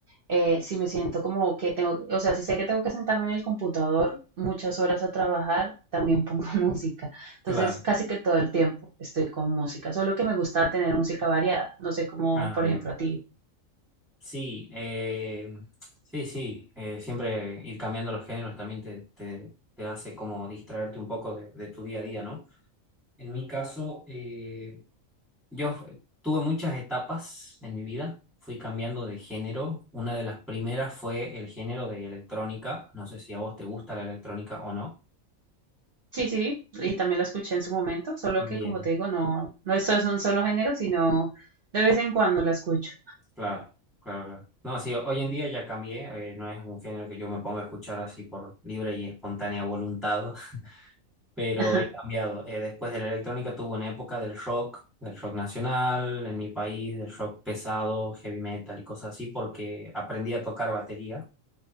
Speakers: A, on the right; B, in the centre.
A: eh, si me siento como que tengo, o sea, si sé que tengo que sentarme en el computador muchas horas a trabajar, también pongo <laughs> música. Entonces,
B: claro.
A: casi que todo el tiempo estoy con música, solo que me gusta tener música variada, no sé cómo,
B: Ah,
A: por
B: bien.
A: ejemplo, a ti.
B: Sí, eh, sí, sí. eh, siempre ir cambiando los géneros también te, te- te hace como distraerte un poco de, de tu día a día, ¿no? En mi caso, eh, yo f- tuve muchas etapas en mi vida. Fui cambiando de género. Una de las primeras fue el género de electrónica. No sé si a vos te gusta la electrónica o no.
A: Sí, sí, y también la escuché en su momento, solo
B: Bien,
A: que como te digo, no, no es es un solo género, sino de vez en cuando la escucho.
B: claro, claro, claro. No, sí, hoy en día ya cambié. eh, no es un género que yo me ponga a escuchar así por libre y espontánea voluntad. pero
A: <laughs>
B: he cambiado. Eh, después de la electrónica tuve una época del rock, del rock nacional, en mi país, del rock pesado, heavy metal y cosas así, porque aprendí a tocar batería